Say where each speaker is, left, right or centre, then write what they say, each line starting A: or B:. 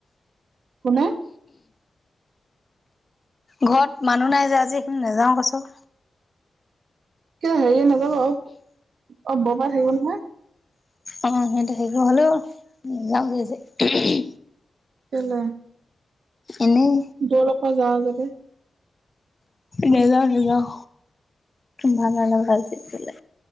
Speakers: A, on the right; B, on the left.
A: কোনে
B: ঘৰত মানুহ নাই যে আজি সেইকাৰণে নাযাও কৈছো।
A: কিবা হেৰি নাযাব অ অ বৰপা থাকিব নহয়
B: অ সিহত সেইবোৰ হলেও নাযাও গে আজি
A: কেলে?
B: এনেই
A: বল আক যাৱ যদি
B: নাযাওঁ, নাযাওঁ ভাল নালাগা আজি বোলে